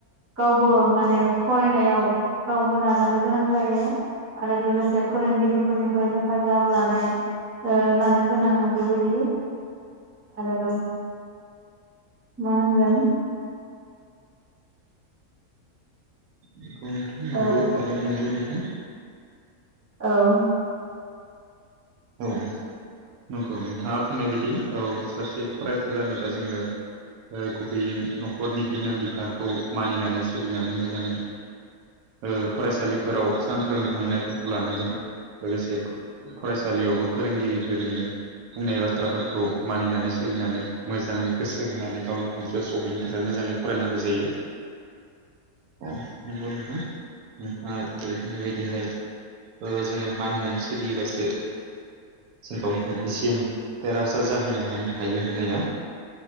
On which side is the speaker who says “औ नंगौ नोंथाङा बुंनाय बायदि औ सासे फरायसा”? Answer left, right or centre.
Right